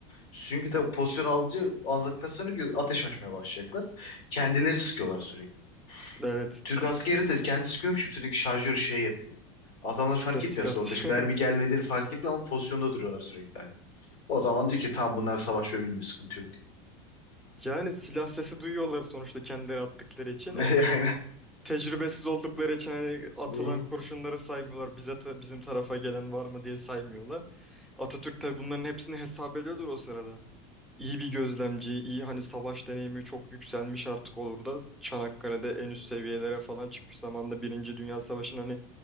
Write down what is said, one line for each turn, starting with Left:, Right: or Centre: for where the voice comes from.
Left: Süngü tak pozisyon alınca Anzaklar sanıyor ki ateş açmaya başlayacaklar. Kendileri sıkıyorlar sürekli.
Centre: Evet.
Left: Türk askeri de kendi sıkıyormuş gibi sürekli şarjör şey yapıyor. Adamlar fark
Centre: Ses
Left: etmiyor
Centre: çıkartıyor.
Left: aslında orada hiç mermi
Centre: <laughs>
Left: gelmediğini fark etmiyor ama pozisyonda duruyorlar sürekli hala. O zaman diyor ki tamam bunlar savaşıyor bilmiyor sıkıntı yok
Centre: Yani silah sesi duyuyorlar sonuçta kendileri attıkları için.
Left: diyor.
Centre: E,
Left: <laughs> Aynen.
Centre: tecrübesiz oldukları için hani atılan
Left: Hı.
Centre: kurşunları saymıyorlar. Bize ta- bizim tarafa gelen var mı diye saymıyorlar. Atatürk tabii bunların hepsini hesap ediyordur o sırada. İyi bir gözlemci, iyi hani savaş deneyimi çok yükselmiş artık olur da Çanakkale'de en üst seviyelere falan çıkmış zamanda Birinci Dünya Savaşı'nın hani